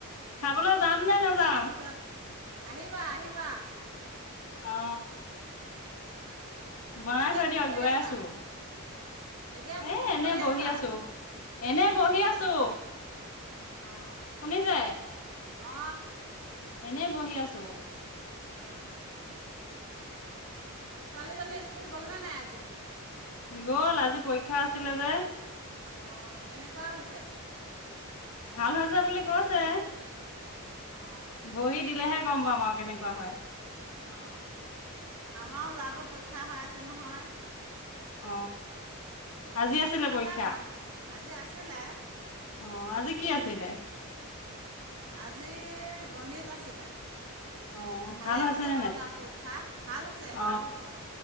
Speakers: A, on the left; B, on the right.
A: খাবলৈ যাম নে নাযাম
B: তাৰছ আহিবা আহিবা
A: অ বণাই
B: এতিয়া
A: থৈ
B: কি
A: দিযা
B: কৰি
A: গৈ
B: আছা
A: আছো
B: এতিয়া বোলো
A: এ
B: কি
A: এনে
B: কৰি
A: বহি
B: আছা
A: আছো এনে
B: অঁ
A: বহি আছো
B: অ
A: শুনিছে
B: অ
A: এনেই বহি আছো
B: ওম চোৱালিজনী স্কুল গল নে নাই আজি
A: গ'ল আজি পৰীক্ষা আছিলে যে
B: অ কেনেকুৱা হৈছে?
A: ভাল হৈছে বুলি কৈছে
B: অ
A: বহি দিলেহে গম পাম আৰু কেনেকুৱা হয়
B: অ আমাৰো লৰাটো পৰীক্ষা হৈ আছে নহয়
A: অ আজি আছিলে
B: পৰিক্ষা
A: পৰীক্ষা
B: ভা আজি আছিলে
A: অ আজি কি আছিল দে
B: আজি গণিত আছিলে
A: অ
B: ভালে
A: ভাল
B: হৈছে
A: নে
B: বাৰু
A: নাই
B: তাৰ পৰীক্ষা ভাল হৈছে
A: অ
B: ভাল হৈছে